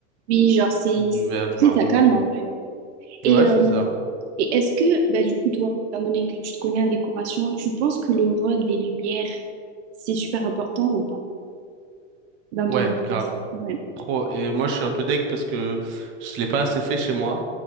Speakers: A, on the right; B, on the right.
A: Oui, genre, c'est,
B: Du vert, du
A: c'est
B: marron.
A: ça calme en vrai. Et,
B: Ouais, Ouais,
A: euh,
B: c'est ça.
A: et est-ce que, bah, du coup, toi, étant donné que tu te connais en décoration, tu penses que le rôle des lumières, c'est super important ou pas dans
B: Ouais,
A: ton espace?
B: grave.
A: Ouais.
B: Trop. Et moi, je suis un peu deg parce que je l'ai pas assez fait chez moi.